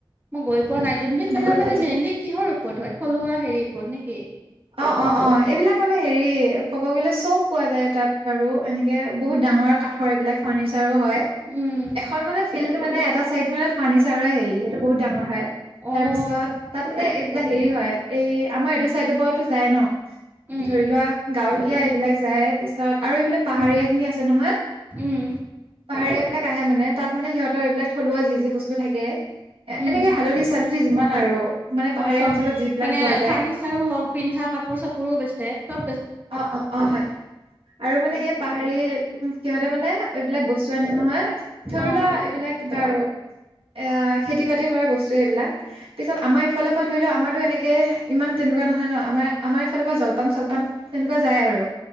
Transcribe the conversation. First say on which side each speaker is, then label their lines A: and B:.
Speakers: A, on the right (about 20°); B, on the right (about 85°).
A: মই গৈ পোৱা নাই জোনবিল মেলা
B: বহুত বহুত
A: মানে
B: যায়
A: মলি কিহৰ ওপৰত হয় থলুৱা হেৰিৰ ওপৰত নেকি।
B: অ অ অ এইবিলাক মানে হেৰি কব গ'লে চব পোৱা যায় তাত বাৰু এনেকে <unintelligible> বহুত ডাঙৰ কাঠৰ এইবিলাক ফাৰ্ণিচাৰো হয়
A: উম,
B: এখন মানে ফিল্ডটো মানে এটা চাইড মানে ফাৰ্নিচাৰ হেৰি এইটো বহুত ডাঙৰ হয় তাৰ
A: অ',
B: পিছত তাত মানে এইবিলাক হেৰি হয় এই আমাৰ এইটো চাইড পৰত যাই ন
A: উম,
B: ধৰি
A: উম,
B: লোৱা গাঁৱলীয়া এইবিলাক যায় পিছত আৰু এইবিলাক পাহাৰীয়া
A: উম,
B: খিনি আছে নহয়
A: উম,
B: পাহাৰীয়া বিিলাক আহে মানে তাত মানে সিহঁতৰ এইবিলাক থলুৱা যি যি বস্তু থাকে এ
A: উম,
B: এনেকে হালধি চালধ <unintelligible> যিমান আৰু মানে পাহাৰীয়া
A: অ চব
B: অঞ্চলত যিবিলাক
A: মানে
B: পোৱা যায়
A: ফাৰ্নিচাৰো হওক পিন্ধা কাপোৰ চাপোৰোও বেছে চব <unintelligible>
B: অ অ অ হয় আৰু মানে সেই পাহাৰী সিহঁতে মানে এইবিলাক বস্তু জানে নহয় ধৰি
A: অ',
B: লোৱা এইবিলাক কিবা আৰু
A: <inaudible>
B: এ খেতি বাতি কৰা বস্তু এইবিলাক পিছত আমাৰ ইফালৰ পৰা ধৰি লও আমাৰতো এনেকে ইমান তেনেকুৱা নহয় নহ আমাৰ আমাৰ এইফালৰ পৰা জলপান চলপান তেনেকুৱা যায় আৰু